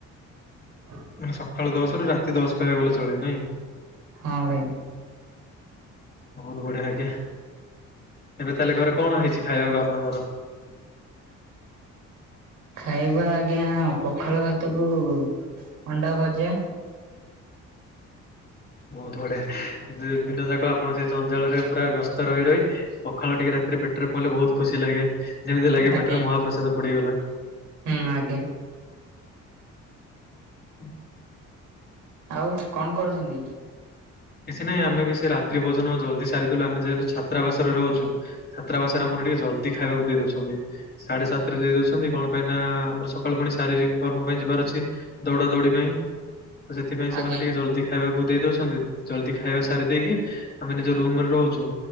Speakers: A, on the right (about 85°); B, on the left (about 35°).
A: <inaudible>
B: ମାନ ସଖାଳୁ ଦଶ ରୁ ରାତି ଦଶ କହିବାକୁ ଗଲେ ଚଳେ ନାଇଁ!
A: ହଁ ବେଇନ୍।
B: ବହୁତ୍ ବଢିଆ ଆଜ୍ଞା ଏବେ ତାହେଲେ ଘରେ କଣ ହେଇଛି ଖାଇବାକୁ ଆପଣଙ୍କର?
A: ଖାଇବା ଆଜ୍ଞା ପଖାଳ ଭାତ କୁ ଅଣ୍ଡା ଭଜା‌।
B: ବହୁତ୍ ବଢିଆ ଦିନ ଯାକ ଆପଣ ସେଇ ଜଞ୍ଜାଳ ରେ ପୁରା ବ୍ୟସ୍ତ ରହି ରହି। ପଖାଳ ଟିକେ ରାତିରେ ପେଟରେ ପଡ଼ିଲେ ବହୁତ୍ ଖୁସି ଲାଗେ ଯେମିତି ଲାଗେ
A: ଆଜ୍ଞା
B: ପେଟରେ ମହାପ୍ରସାଦ ପଡିଗଲା!
A: ହୁଁ ଆଜ୍ଞା!
B: ହୁଁ
A: ଆଉ କଣ କରୁଛନ୍ତି?
B: କିଛି ନାଇଁ ଆମେ ବି ସେ ରାତିରେ ଭୋଜନ ଜଲ୍ଦି ସାରିଥିଲୁ ଆମେ ଯେହେତୁ ଛାତ୍ରାବାସରେ ରହୁଚୁ ଛାତ୍ରାବାସରେ ଆମର ଟିକେ ଜଲଦି ଖାଇବାକୁ ଦେଇ ଦଉଛନ୍ତି ସାଢେ ସାତରେ ଦେଇ ଦଉଛନ୍ତି କଣ ପାଇଁ ନାଁ ଆମର ସକାଳୁ ପୁଣି ଶାରୀରିକ କର୍ମ ପାଇଁ ଯିବାର ଅଛି ଦୌଡା ଦୌଡି ପାଇଁ ତ ସେଥିପାଇଁ ସେମାନେ
A: ଆଜ୍ଞା
B: ଟିକେ ଜଲଦି ଖାଇବାକୁ ଦେଇ ଦଉଛନ୍ତି। ଜଲଦି ଖାଇବା ସାରି ଦେଇକି ଆମେ ନିଜ ରୁମରେ ରହୁଚୁ